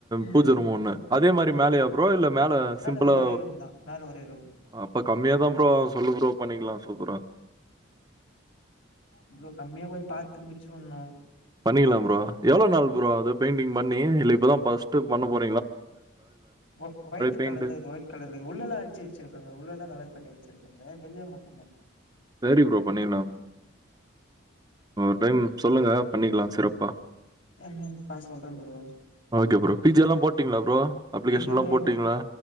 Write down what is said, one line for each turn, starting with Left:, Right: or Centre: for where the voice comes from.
Left: ம்
Right: பூஜ ரூம் ஒண்ணு
Left: ம்
Right: அதே மாதிரி
Left: ம்
Right: மேலேயா புரோ இல்ல மேல சிம்பிளா
Left: வந்து ஒரே ரூம் தா மேல ஒரே ரூம்
Right: அப்ப கம்மியாதான் ப்ரோ ஆகும் சொல்லு ப்ரோ பண்ணிக்கலாம் சூப்புரா
Left: இவ்வளோ கம்மியா போய் பாத்து முடிச்சுவிடுணு
Right: பண்ணிக்கலாம் ப்ரோ எவ்ளோ நாள் ப்ரோ ஆகுது பெயிண்டிங் பண்ணி இல்லே இப்பதான் ஃபர்ஸ்ட் பண்ண போறிங்ளா
Left: ஒ ஒயிட்
Right: பெயிண்ட்டு?
Left: கலர்ல இருக்குது ஒயிட் கலர் இருது உள்ள எல்லாம் அடிச்சு வெச்சிருக்காங்க உள்ள எல்லாம் கலர் பண்ணி வெச்சிருக்காங்க வெளிய மட்டும் தான்
Right: சரி ப்ரோ பண்ணிர்லாம் ஒரு டைம் சொல்லுங்க பண்ணிக்கலாம் சிறப்பா
Left: என்னன் பா சொல்றே bro
Right: okay bro P G எல்லாம் போட்டீங்ளா புரோ அப்ளிகேஷன்
Left: இல்ல
Right: எல்லாம்
Left: ப்ரோ
Right: போட்டீங்களா
Left: இன்னு